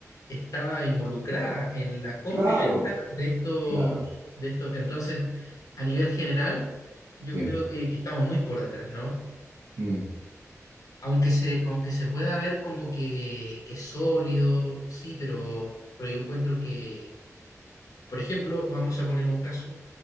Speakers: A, on the left; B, on the right.
A: estaba involucrada en la compra
B: claro,
A: y venta de estos,
B: claro,
A: de estos. Entonces, a nivel general, yo
B: sí,
A: creo que, que estamos muy por detrás, ¿no?
B: Mm.
A: Aunque se, aunque se pueda ver como que, que es sólido, sí, pero, pero yo encuentro que, por ejemplo, vamos a poner un caso.